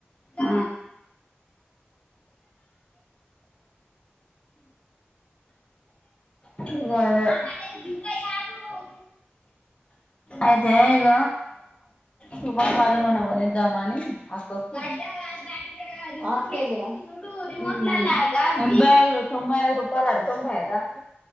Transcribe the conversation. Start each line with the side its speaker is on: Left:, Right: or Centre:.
Left: ఆ అద అయితే ఇగ శుభం పాలనున కొనిద్దామా అని అక్క ఇక్కడ రిమోట్
Right: హాఫ్ కేజీ
Left: లేదు
Right: దా
Left: చూడు రిమోట్ లేనిది తొాంబె తొంబై ఐదు రూపాయల అదు తొంబై అయిదా